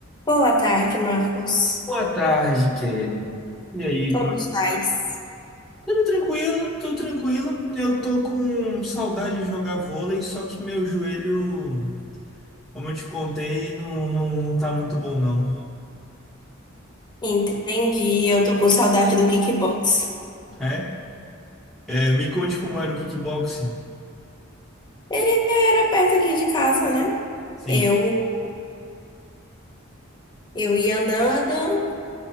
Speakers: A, on the left; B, in the centre.
A: Boa tarde, Marcos.
B: Boa tarde, Kelly. E aí,
A: Como
B: como é?
A: estás?
B: Tudo tranquilo, tudo tranquilo. Eu tô com saudade de jogar vôlei, só que meu joelho, como eu te contei, não, não, não tá muito bom, não.
A: Entendi, eu tô com saudade do kickbox.
B: É? É, me conte como era o kickboxing.
A: Ele era perto aqui de casa, né?
B: Sim.
A: Eu, eu ia andando